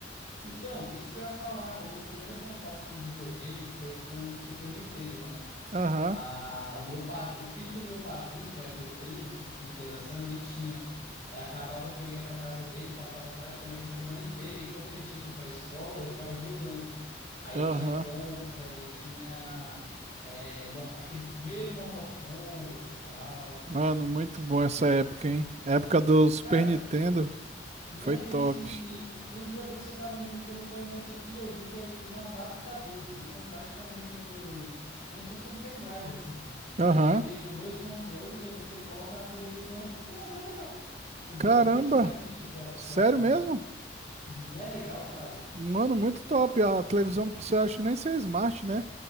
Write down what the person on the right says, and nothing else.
Aham,
aham.
Mano, muito bom essa época, hein? Época do Super
Nintendo.
Foi
top.
Aham.
Caramba!
Sério
mesmo?
Mano, muito top. A televisão não precisa acho, nem ser smart, né?